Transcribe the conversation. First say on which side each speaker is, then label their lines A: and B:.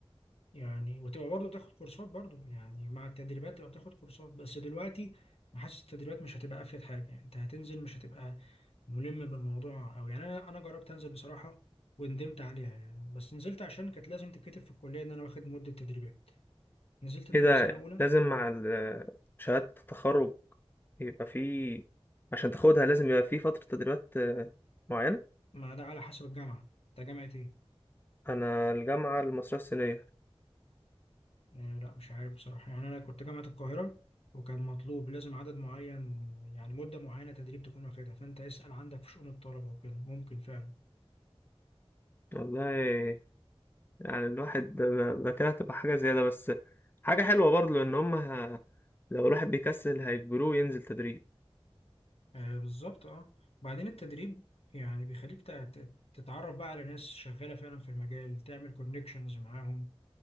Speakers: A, on the left; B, on the left.
A: يعني وتبقى برضه بتاخد كورسات برضه يعني مع التدريبات تبقى بتاخد كورسات بس دلوقتي حاسس التدريبات مش هتبقى افيد حاجه يعني انت هتنزل مش هتبقى ملم بالموضوع أوي يعني أنا أنا جربت أنزل بصراحة وندمت عليها يعني بس نزلت عشان كانت لازم تتكتب في الكلية إن أنا واخد مدة تدريبات نزلت تدريب
B: ايه ده
A: في سنة أولى
B: لازم مع ال- آه، شهادة التخرج يبقى في عشان تاخدها لازم يبقى في فترة تدريبات آه، معينة
A: ما ده على حسب الجامعة أنت جامعة إيه؟
B: انا الجامعة المصرية الصينية
A: آه لا مش عارف بصراحة يعني أنا كنت جامعة القاهرة وكان مطلوب لازم عدد معين يعني مدة معينة تدريب تكون واخدها فأنت اسأل عندك في شؤون الطلبة وكده ممكن فعلا
B: والله يعني الواحد ده ده- ده كده هتبقى حاجة زيادة بس حاجة حلوة برضه لان هم ه- لو الواحد بيكسل هيجبروه ينزل تدريب
A: آه بالظبط أه بعدين التدريب يعني بيخليك تت- تتعرف بقى على ناس شغالة فعلا في المجال تعمل كونكشنز معاهم